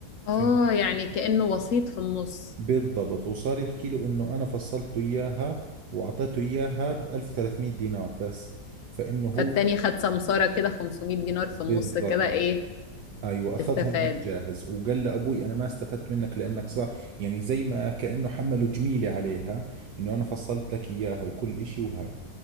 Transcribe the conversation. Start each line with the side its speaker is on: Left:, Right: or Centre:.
Left: آه
Right: فهمت
Left: يعني كأنه وسيط في النص
Right: بالضبط وصار يحكي له إنه أنا فصلته إياها وأعطيته إياها ب 1300 دينار بس فإنه هو
Left: فالتاني خد سمسارة كده 500 دينار في النص
Right: بالضبط
Left: كده إيه
Right: ايوه اخذهم
Left: استفاد
Right: على الجاهز وقال لابوي انا ما استفدت منك لانك صار يعني زي ما كانه حمله جميله عليها انه انا فصلت لك اياها وكل اشي وهاي